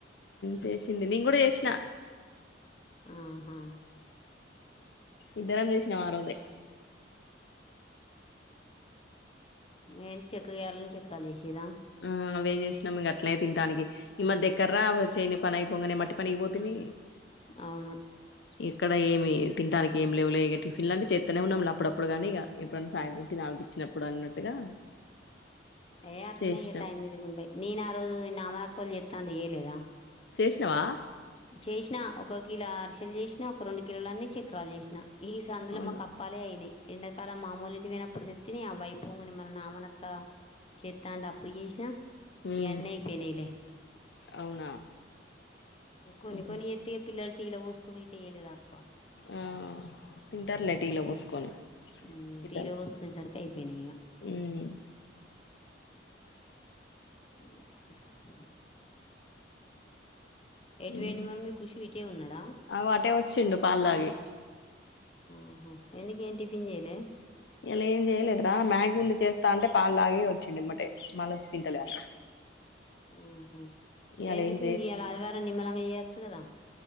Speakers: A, on the left (about 60°); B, on the left (about 30°).
A: చేసింది నేను కూడా చేసిన
B: ఆహా
A: ఇద్దరం చేసినాం ఆ రోజే
B: ఏంటి చెక్క గారెలు చక్రాలు చేసిర్రా
A: ఆ అవే చేసినా మీ అట్నే తింటానికి ఈ మధ్య ఎగ్గర్రా చేని పని అయిపోగానే మట్టి పని అయిపోతుయి
B: అవును
A: ఇక్కడ ఏమి తినడానికి ఏమి లేవు లే ఇక టిఫిన్ లాంటి చేస్తనే ఉన్నాం అప్పుడప్పుడు నీ ఇక ఎప్పుడైనా సాయంత్రం తినాలి అనిపించ్చినప్పుడు అన్నట్టుగా
B: ఏ అట్లనే
A: చేసినాం
B: ఇక టైం మీదిగుంటాయి నేను ఆ రోజు చకలు జతది జేయలేదా
A: చేసినవా
B: చేసిన ఒక కిలో అరుసెలు చేసిన ఒక రెండు కిలోలన్నీ చక్రాలు చేసిన ఈ సందులో
A: అవును
B: మాకు అప్పాలే అయినాయి ఎండాకాలం మామూలు ఇంటికి పోయినప్పుడు తెత్తని ఆ వై పొంగగానే నామనక్క చేత్తా అంటే అప్పుడు చేసినా
A: ఉమ్
B: ఇంకా అన్ని అయిపోయినైయిలే
A: అవునా
B: కొన్ని
A: ఉహు
B: కొన్ని ఎత్తే పిల్లల ఇలా పోసుకుంటూ ఇట్లా చేయలేదు అక్క
A: ఆ తింటారు లే టీలో పోసుకొని
B: ఉ
A: పిల్లలు
B: టీలో కోసుకునే సరికి అయిపోయినా ఇక
A: ఉమ్
B: ఆ ఆ ఎటు
A: ఉమ్
B: పోయిండు మరి మీ కృషి ఇట్టే ఉన్నాడా
A: అగో అటే వచ్చిండు పాలు తాగి
B: ఓహో ఎందుకు ఏ టిఫిన్ చేయలే
A: ఇలా ఏం చేయలేదురా మ్యాగీ ఉంది చేస్తా అంటే పాలులాగి వచ్చిడిమ్మాటే మళ్ళ వచ్చి తింటలే అన్నాడు
B: హ
A: ఇయాల
B: ఎందుకు
A: ఏం
B: ఇక ఇయాల ఆదివారం నిమ్మలంగా చేయొచ్చు కదా